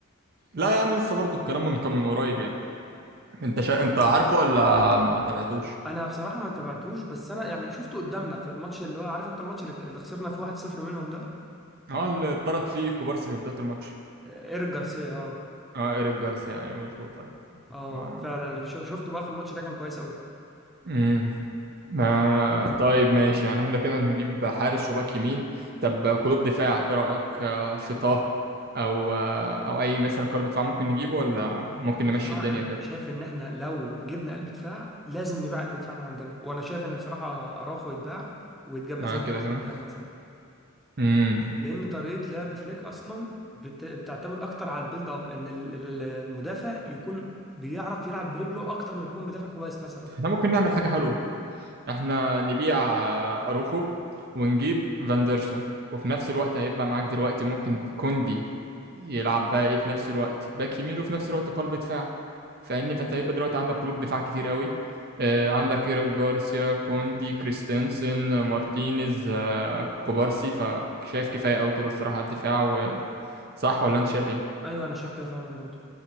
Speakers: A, on the right (about 45°); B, in the centre.
A: لا يا عم لسه برضو الكلام من كان من قريب يعني انت شا... انت عارفه ولا ما تابعتوش
B: انا بصراحة ما تابعتوش بس انا يعني شفته قدامنا في الماتش اللي هو عارف انت الماتش اللي اللي خسرنا فيه 1-0 منهم ده
A: اه اللي اتطرد فيه كوبارسي في بداية الماتش
B: ايريك جارسيا اه
A: اه ايريك جارسيا ايوه مظبوط ايوه
B: اه
A: آه.
B: فعلا ش- شفته بقى في الماتش ده كان كويس قوي
A: مم. ما طيب ماشي يعني احنا كده هنجيب حارس وباك يمين طب قلوب دفاع ايه رأيك آه، في طه او آه، او اي مثلا قلب دفاع ممكن نجيبه ولا ممكن نمشي
B: بصراحة
A: الدنيا
B: انا
A: كده
B: انا شايف ان احنا لو جبنا قلب دفاع لازم نبيع قلب دفاع من عندنا وانا شايف ان بصراحة اراوخو يتباع ويتجاب مثلا
A: آه، كده
B: في مثلا
A: كده
B: بتاع مثلا
A: امم
B: لان طريقه لعب فليك اصلا بت- بتعتمد اكتر على البيلد اب ان ال- ال- المدافع يكون بيعرف يلعب برجله اكتر ما بيكون بيدافع كويس مثلا
A: احنا ممكن نعمل حاجة حلوة احنا نبيع آه، اروخو ونجيب فاندرسون وفي نفس الوقت هيبقى معاك دلوقتي ممكن كوندي يلعب بقى ايه في نفس الوقت باك يمين وفي نفس الوقت قلب دفاع فاهمني فانت هيبقى دلوقتي عندك قلوب دفاع كتير قوي آه، عندك ايريك جارسيا كوندي كريستنسن آه، مارتينيز آه، كوبارسي فشايف كفايه قوي كده الصراحه على الدفاع و... صح ولا انت شايف ايه
B: ايوه انا شايف كده فعلا برضو